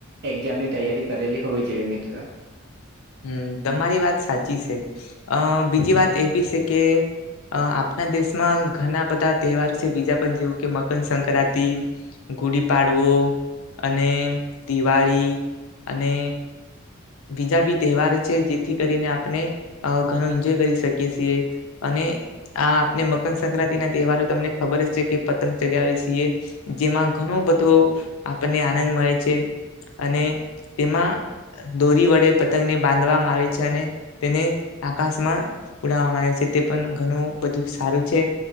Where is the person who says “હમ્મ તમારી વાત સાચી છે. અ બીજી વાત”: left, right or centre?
Left